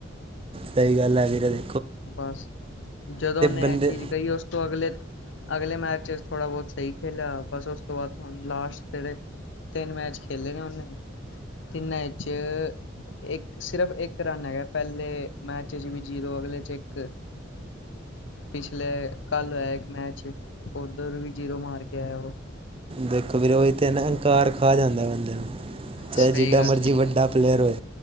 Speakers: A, on the right; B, on the left.
A: ਸਹੀ ਗੱਲ ਹੈ ਵੀਰੇ ਤੇ।
B: ਬਸ ਜਦੋਂ ਉਹਨੇ
A: ਬੰਦੇ
B: ਇਹ ਚੀਜ਼ ਕਹੀ ਉਸ ਅਗਲੇ ਅਗਲੇ ਮੈਚ ਚ ਥੋੜਾ ਬਹੁਤ ਸਹੀ ਖੇਲਿਆ, ਬਸ ਉਸ ਤੋਂ ਬਾਅਦ ਤੁ ਲਾਸਟ ਜਿਹੜੇ ਤਿੰਨ ਮੈਚ ਖੇਲੇ ਨੇ ਉਹਨੇ, ਤਿੰਨਾ ਇਚ ਇੱਕ ਸਿਰਫ ਇੱਕ ਰਨ ਹੈਗਾ, ਪਹਿਲੇ ਮੈਚ ਚ ਵੀ ਜੀਰੋ ਅਗਲੇ ਚ ਇਕ ਪਿਛਲੇ ਕੱਲ ਹੋਇਆ ਇੱਕ ਮੈਚ ਓਧਰ ਵੀ ਜੀਰੋ ਮਾਰ ਕੇ ਆਇਆ ਉਹ
A: ਦੇਖੋ ਵੀਰੇ, ਉਹੀ ਤੇ ਨਾ ਅਹੰਕਾਰ ਖਾ ਜਾਂਦਾ ਬੰਦੇ ਨੂੰ ਚਾਹੇ
B: ਸਹੀ
A: ਜਿ੍ਡਾ
B: ਗੱਲ
A: ਮਰਜ਼ੀ
B: ਏ
A: ਵੱਡਾ ਪਲੇਅਰ ਹੋਏ